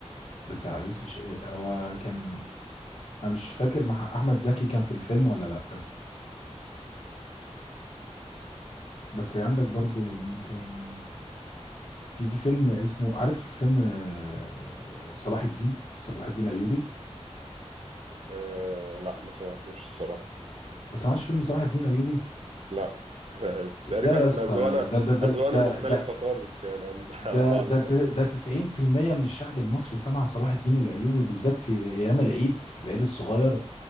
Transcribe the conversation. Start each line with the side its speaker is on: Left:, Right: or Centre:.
Left: بتاع يوسف ش... إيه، هو كان انا مش فاكر مع احمد زكي كان في الفيلم ولا لا بس بس عندك برضو مين تاني في فيلم اسمه عارف فيلم آه، صلاح الدين صلاح الدين الايوبي
Right: أه لا ما سمعتوش الصراحه
Left: ما سمعتش فيلم صلاح الدين الايوبي
Right: لا <laughs> تقريبا
Left: ازاي يا اسطى
Right: احنا اذواقنا
Left: ده ده ده
Right: اذواقنا
Left: ده,
Right: مختلفه
Left: ده
Right: خالص يعني عن عن
Left: ده
Right: بعض
Left: ده
Right: تقريبا
Left: ده 90% من الشعب المصري سمع صلاح الدين الايوبي بالذات في ايام العيد العيد الصغير